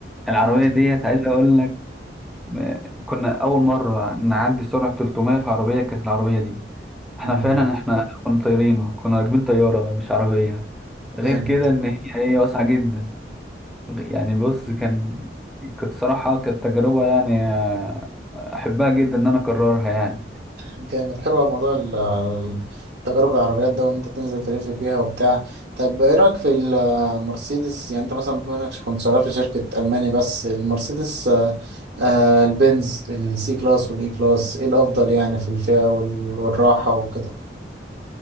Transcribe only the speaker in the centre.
العربيه
ديت عايز اقول لك آه، كنا اول مره نعدي سرعه 300 في عربيه كانت العربيه دي احنا
فعلا احنا كنا طايرين كنا راكبين طيارة مش عربية غير
كده ان هي هي واسعة جدا يعني بص كان كانت صراحة كانت تجربة يعني آه، احبها جدا ان انا اكررها يعني